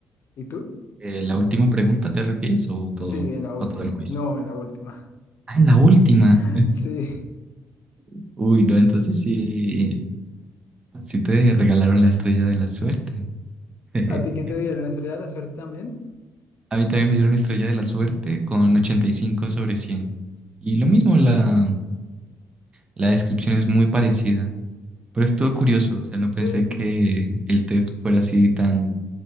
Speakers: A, on the left (about 50°); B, on the right (about 20°).
A: ¿Y tú?
B: Eh, ¿la última pregunta te refieres o todo,
A: Sí, en la última.
B: o todo el quiz?
A: No, en la última.
B: Ah, en la última.
A: <laughs> Sí.
B: <laughs> Uy, no, entonces sí, sí te regalaron la estrella de la suerte. <laughs>
A: ¿A ti qué te dieron? ¿Estrella de la suerte también?
B: A mí también me dieron estrella de la suerte con 85 sobre 100. Y lo mismo, la, la descripción es muy parecida. Pero estuvo curioso, o sea, no pensé
A: Sí.
B: que el test fuera así tan